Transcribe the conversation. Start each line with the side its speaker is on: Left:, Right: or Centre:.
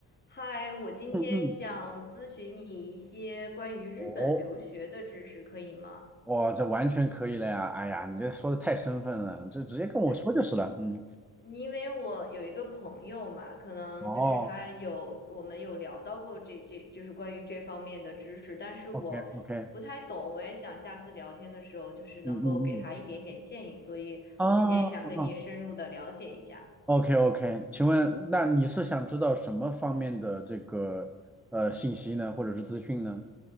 Left: 嗨，我今天想咨询你一些关于日本留学的知识，
Centre: 嗯嗯，哦，
Left: 可以吗？
Centre: 哇，这完全可以了呀！哎呀，你这说的太生分了，这直接跟我说就是了。
Left: 对，
Centre: 嗯，
Left: 因为我有一个朋友嘛，可能就是他有，
Centre: 哦
Left: 我们有聊到过这这，就是关于这方面的知识，但是我不不太懂，
Centre: ，OK OK，
Left: 我也想下次聊天的时候，就是能够给他一点点建议，
Centre: 嗯嗯嗯，
Left: 所以我今天想跟你深入的了解一下。
Centre: 哦哦，OK OK，请问，那你是想知道什么方面的这个呃信息呢，或者是资讯呢？